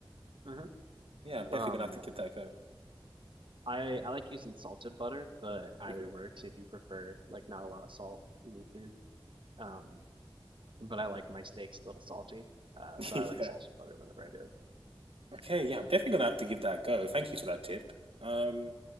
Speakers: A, on the right (about 65°); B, on the right (about 85°).
A: Mhm.
B: Yeah. I'm definitely
A: Um,
B: gonna have to give that a go.
A: I I like using salted butter, but either
B: hmm
A: works if you prefer like not a lot of salt in your food. Um, but I like my steaks a little salty, uh,
B: <laughs>
A: so
B: Yeah.
A: I like salted butter whenever I do it.
B: Okay. Yeah. I'm definitely gonna have to give that a go. Thank you for that tip. Um.